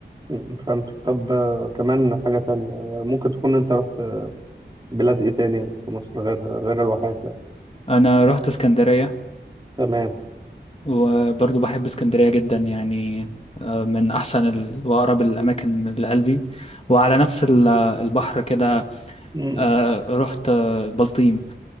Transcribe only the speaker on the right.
مم. فهمت طب آه، كمان حاجة تانية آه، ممكن تكون انت رحت بلاد ايه تاني في مصر غير غير الواحات يعني
تمام
مم.
مم.